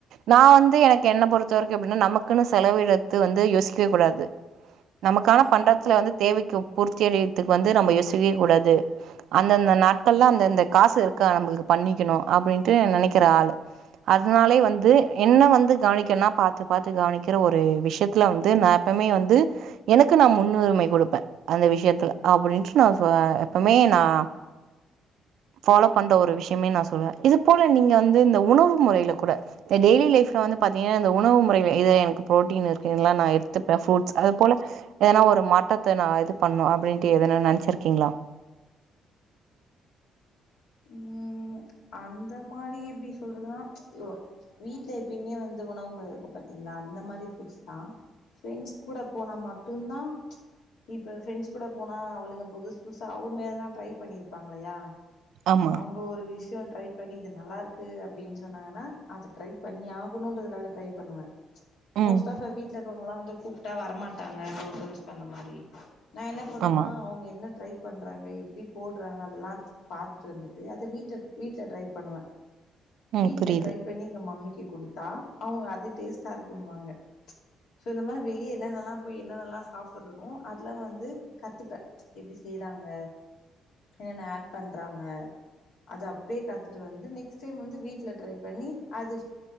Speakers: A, on the right (about 75°); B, on the left (about 85°).
A: நான் வந்து எனக்கு என்ன பொறுத்தவரைக்கு எப்டீனா நமக்குன்னு செலவு எடுத்து வந்து யோசிக் <unintelligible> கூடாது நமக்கான
B: ம்
A: பன்றத்துல வந்து தேவை கு பூர்த்தி அடையறதுக்கு வந்து நம்ம யோசிக்கவே கூடாது அந்தந்த நாட்கள்ல அந்தந்த காசு இருக்கா நம்மளுக்கு பண்ணிக்கணு அப்படின்ட்டு நெனைக்கிற ஆளு அதனாலே வந்து என்ன வந்து கவனிக்கனுனா பார்த்து பார்த்து கவனிக்கிற ஒரு விஷயத்துல வந்து து நான் எப்பமே வந்து எனக்கு நான் முன்னுரிமை குடுப்பேன் அந்த விஷயத்துல அப்டின்ட்டு நான் எப்பமே நான் ஃபாலோ பண்ற ஒரு விஷயமே நான் சொல்லுவன் இது போல நீங்க வந்து இந்த உணவு முறையில் கூட இந்த டெய்லி லைஃப்ல வந்து பாதிங்கனா இந்த உணவு முறைகள் இது எனக்கு புரோட்டீன் இருக்குங்ளா <unintelligible> <unintelligible> அது போல ஏனா ஒரு மாட்டத்தை நான் இது பண்ணும் அப்படின்ட்டு எதன நினைச்சிருக்கீங்களா
B: உம் அந்த மாரி எப்டி சொல்றதுன்னா ச் வீட்ல எப்யுமே வந்து உணவு இருக்கும் பாத்தீங்களா அந்த மாரி ஃப்ரூட்ஸ் தான். பிரண்ட்ஸ் கூட போனா மட்டும் தான் ச் இப்ப பிரண்ட்ஸ் கூட போனா அவளுங்க புதுசு புதுசா அவுங்க எதனா ட்ரை பண்ணிருப்பாங்கலியா.
A: ஆமா
B: அவங்க ஒரு விஷய ட்ரை பண்ணி இது நல்லா இருக்கு அப்படின்னு சொன்னாங்கன்னா அது ட்ரை பண்ணி ஆகணும்ன்றதுக்காக ட்ரை பண்ணுவே ச்
A: ம்
B: மோஸ்ட் <unintelligible> வீட்ல இருக்கவங்களா வந்து. கூப்டா வரமாட்டாங்க. ஹோட்டல்ஸ் அந்த மாரி. நா என்ன பண்ணுவனா
A: ஆமா
B: அவுங்க என்ன ட்ரை. பண்றாங்க எப்படி போடுறாங்க அதெல்லா பாத்துட்டு வந் அதயாவது வீட்ட வீட்ல ட்ரை பண்ணுவன்
A: ம்
B: வீட்ல
A: புரியுது
B: ட்ரை பண்ணி எங்க மம்மி. குடுத்தா அவங்க அது டேஸ்ட்டா இருக்குன்னுவாங்கோ இந்த மாதிரி வெளியே என்னன்னல்லா போய் என்ன நல்லா சாப்பறனும் அதெல்லாம் வந்து கத்துப்பேன் எப்படி செய்யறாங்க என்னன்ன ஆட் பண்றாங்க அது அப்டியே கத்துட்டு வந்து நெக்ஸ்ட் டைம் வந்து வீட்ல ட்ரை பண்ணி அது